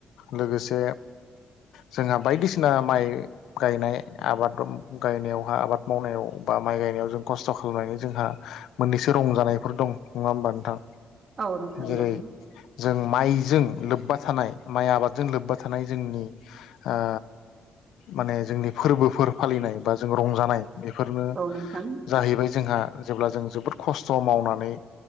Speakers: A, on the left; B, on the right.
A: लोगोसे जोंहा बायदिसिना माइ गायनाय आबाद गायनायावहा आबाद मावनायाव बा माइ गायनायाव जों खस्थ' खालामनायनि जोंहा मोननैसो रंजानायफोर दं नङा होमबा नोंथां
B: औ नोंथां
A: जेरै
B: दं
A: जों माइजों लोब्बा थानाय माइ आबादजों लोब्बा थानाय जोंनि ओ माने जोंनि फोरबोफोर फालिनाय बा जों रंजानाय बेफोरनो
B: औ नोंथां
A: जाहैबाय जोंहा जेब्ला जों जोबोद खस्थ' मावनानै